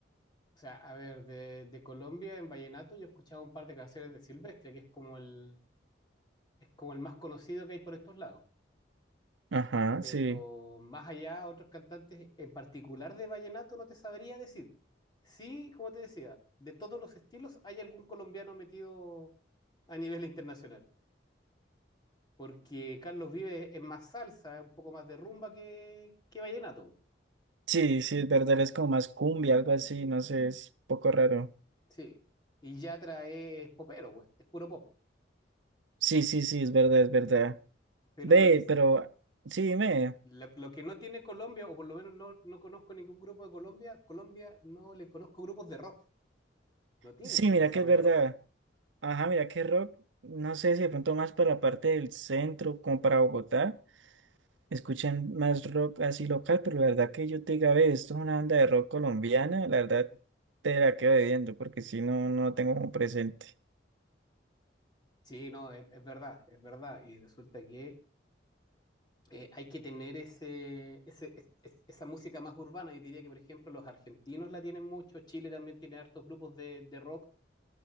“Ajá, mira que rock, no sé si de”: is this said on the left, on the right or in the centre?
Right